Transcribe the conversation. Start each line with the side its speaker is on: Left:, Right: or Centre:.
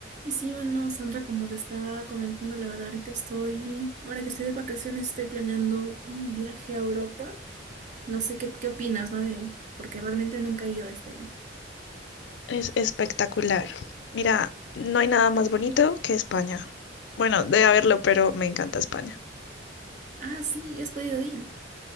Right: Y sí, bueno, Sandra, como te estaba comentando, la verdad, ahorita estoy, ahora que estoy de vacaciones, estoy planeando un viaje a Europa. No sé qué, qué opinas, ¿no? De, porque realmente nunca he ido hasta allá.
Left: Es espectacular. Mira, no hay nada más bonito que España. Bueno, debe haberlo, pero me encanta España.
Right: Ah, sí, ya has podido ir.